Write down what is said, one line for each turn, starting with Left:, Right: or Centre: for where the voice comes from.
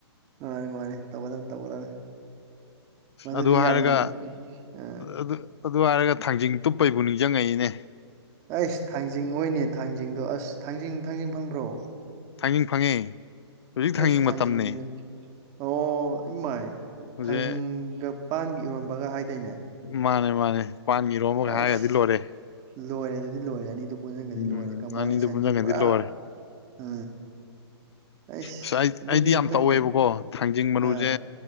Right: ꯃꯥꯅꯦ ꯃꯥꯅꯦ ꯇꯧꯒꯗꯝꯅꯤ ꯇꯧꯒꯗꯝꯅꯤ ꯃꯗꯨꯗꯤ
Left: ꯑꯗꯨ ꯍꯥꯏꯔꯒ
Right: ꯌꯥꯝ ꯑ
Left: ꯑꯗꯨ ꯑꯗꯨ ꯍꯥꯏꯔꯒ ꯊꯥꯡꯖꯤꯡ ꯇꯨꯞꯄꯩꯕꯨ ꯅꯤꯡꯖꯪꯉꯛꯏꯅꯦ
Right: ꯑꯩꯁ ꯊꯥꯡꯖꯤꯡ ꯍꯣꯏꯅꯦ ꯊꯥꯡꯖꯤꯡꯗꯣ ꯑꯁ ꯊꯥꯡꯖꯤꯡ ꯊꯥꯡꯖꯤꯡ ꯐꯪꯕ꯭ꯔꯣ
Left: ꯊꯥꯡꯖꯤꯡ ꯐꯪꯉꯦ ꯍꯧꯖꯤꯛ ꯊꯥꯡꯖꯤꯡ
Right: ꯑꯦꯁ ꯊꯥꯡꯖꯤꯡꯗ
Left: ꯃꯇꯝꯅꯦ
Right: ꯑꯣ ꯏꯃꯥꯏ
Left: ꯍꯧꯖꯤꯛ
Right: ꯊꯥꯡꯖꯤꯡꯒ ꯄꯥꯟꯒ ꯏꯔꯣꯟꯕꯒ ꯍꯥꯏꯗꯥꯏꯅꯦ
Left: ꯃꯥꯅꯦ ꯃꯥꯅꯦ ꯄꯥꯟꯒ ꯏꯔꯣꯝꯕꯒ
Right: ꯑꯁ
Left: ꯍꯥꯏꯒ꯭ꯔꯗꯤ ꯂꯣꯏꯔꯦ
Right: ꯂꯣꯏꯔꯦ ꯑꯗꯨꯗꯤ ꯂꯣꯏꯔꯦ ꯑꯅꯤꯗꯨ ꯄꯨꯨꯟꯖꯟꯒ꯭ꯔꯗꯤ
Left: ꯎꯝ
Right: ꯂꯣꯏꯔꯦ ꯀꯝꯕꯥꯏꯅꯦꯁꯟꯗꯤ
Left: ꯑꯅꯤꯗꯨ ꯄꯨꯟꯁꯤꯟꯒꯗꯤ
Right: ꯄꯨꯔꯥ
Left: ꯂꯣꯏꯔꯦ
Right: ꯑ ꯑꯩꯁ
Left: ꯑꯁ ꯑꯩ
Right: ꯑꯗꯨꯗꯤ
Left: ꯑꯩꯗꯤ ꯌꯥꯝ
Right: ꯑꯝꯇꯪ
Left: ꯇꯧꯋꯦꯕꯀꯣ ꯊꯥꯡꯖꯤꯡ ꯃꯔꯨꯁꯦ
Right: ꯑꯥ